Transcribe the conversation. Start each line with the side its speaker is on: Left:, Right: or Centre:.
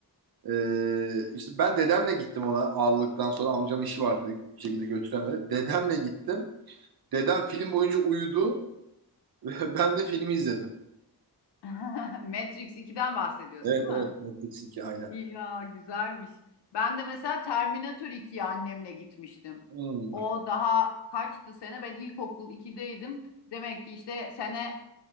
Right: Ee, işte ben dedemle gittim ona ağladıktan sonra amcam işi vardı bir şekilde götüremedi. Dedemle gittim. Dedem film boyunca uyudu. <laughs> Ben de filmi izledim.
Left: <laughs> Matrix ikiden bahsediyorsun
Right: Evet
Left: değil mi?
Right: evet Matrix 2 aynen.
Left: Ya güzelmiş. Ben de mesela Terminator 2'ye annemle gitmiştim.
Right: Hmm.
Left: O daha kaçtı sene? Ben ilkokul ikideydim Demek ki işte sene